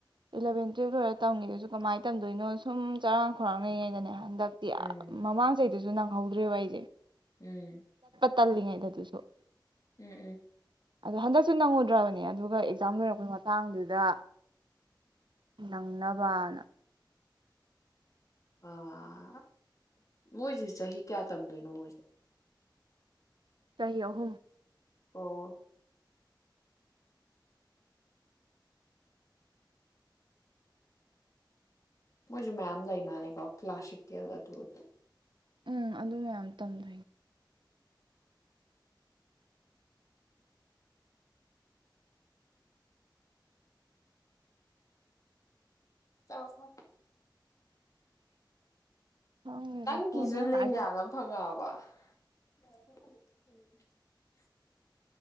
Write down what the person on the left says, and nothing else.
ꯎꯝ
ꯎꯝ
ꯎꯝ ꯎꯝ
ꯑ ꯃꯣꯏꯁꯤ ꯆꯍꯤ ꯀꯌꯥ ꯇꯝꯗꯣꯏꯅꯣ ꯃꯣꯏꯁꯨ
ꯑꯣ ꯃꯣꯏꯁꯨ ꯃꯌꯥꯝꯌꯥꯝ ꯂꯩ ꯃꯥꯅꯦ ꯀꯣ ꯀ꯭ꯂꯁꯤꯛ ꯀꯦꯜ ꯑꯗꯨ ꯑꯗꯨ
ꯆꯁ
ꯅꯪꯒꯤꯁꯨ
ꯂꯦꯡꯌꯥꯅ ꯐꯪꯉꯛꯑꯕ <unintelligible>